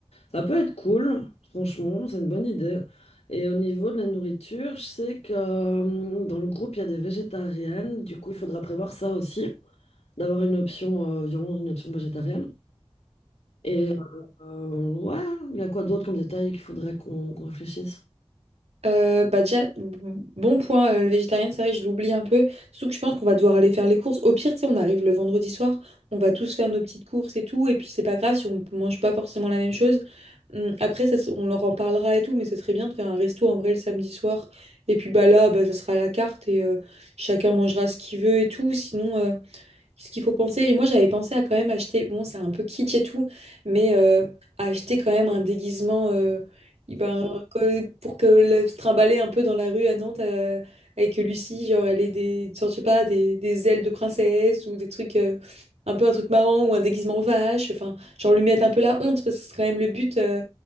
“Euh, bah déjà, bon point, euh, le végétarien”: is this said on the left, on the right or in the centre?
Right